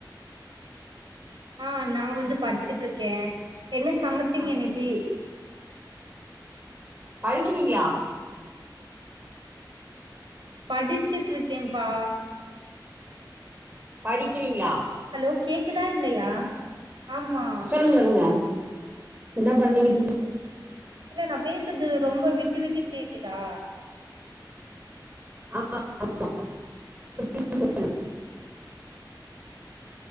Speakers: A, on the right (about 75°); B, on the right (about 25°).
A: ஆ நான் வந்து படிச்சுட்ருக்கே என்ன சமச்சீங்க
B: ஆ
A: இன்னிக்கி
B: படிக்கிறீங்ளா
A: படிச்சுட்ருக்கேன்ப்பா
B: படிக்கிறீங்ளா
A: ஹலோ கேக்குதா இல்லையா ஆமா
B: சொல்லுங் சொல்லுங்க என்ன பண்ணிட்ருக்கி
A: இல்ல நான் பேசுறது ரொம்ப விட்டு விட்டு கேக்குதா
B: <inaudible>